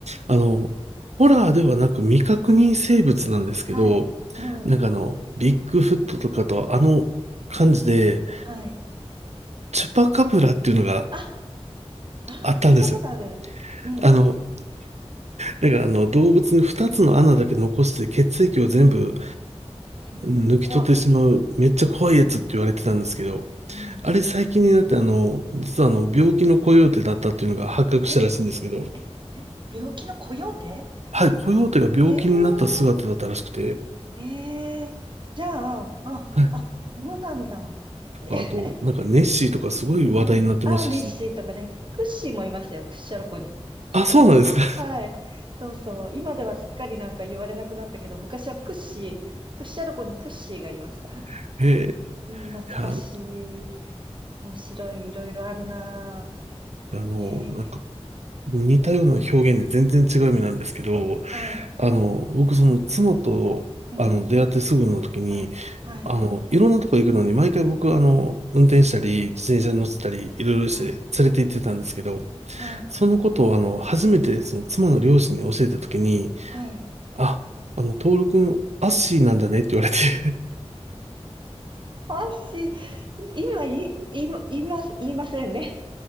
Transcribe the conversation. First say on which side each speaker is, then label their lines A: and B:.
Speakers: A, on the right; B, on the right.
A: あの、ホラーではなく未確認生物なんですけど、
B: はい。うん。
A: なんかあの、ビッグフットとかとあの感じで、
B: はい。
A: チュパカブラっていうのが
B: あ、あ、
A: あったんですよ。
B: 聞いたことある。うん。
A: あの、だからあの動物に2つの穴だけ残して血液を全部
B: えー怖っ。
A: 抜き取ってしまうめっちゃ怖いやつって言われてたんですけど、
B: うん。
A: あれ最近になってあの、実はあの病気のコヨーテだったっていうのが発覚したらしいんですけど、
B: えーえ、え、病気のコヨーテ
A: はい、コヨーテが病気になった姿だったらしくて、
B: えーええじゃあ、あ、
A: はい、
B: あ、そうなんだ。
A: とかあと、
B: ね、
A: なんかネッシーとかすごい話題になってましたし、
B: <laughs> うん。あ、ネッシーとかね、クッシーもいましたよ、クッシャロコに。<laughs>
A: あ、そうなんですか。
B: はい。そうそう。今ではすっかりなんか言われなくなったけど、昔はクッシー、クッシャロコにクッシーがいました。<laughs>
A: <laughs> えー、い
B: うん、懐かしい。
A: や、
B: 面白い、いろいろあるな
A: あの、
B: ぁ。えー、
A: なんか似たような表現で全然違う意味なんですけど、
B: はい。
A: あの、僕その妻とあの出会ってすぐの時に、
B: うん。はい。はい。
A: あの、いろんなとこ行くのに、毎回僕、あの、運転したり、自転車に乗ってたり、
B: うん。
A: いろいろして連れて行ってたんですけど、
B: はい。はい。
A: そのことを、あの、初めて、その、妻の両親に教えたときに、
B: はい。
A: あ、あの、トール君、アッシーなんだねって言われて
B: 私、今い、今、言います、言いませんね。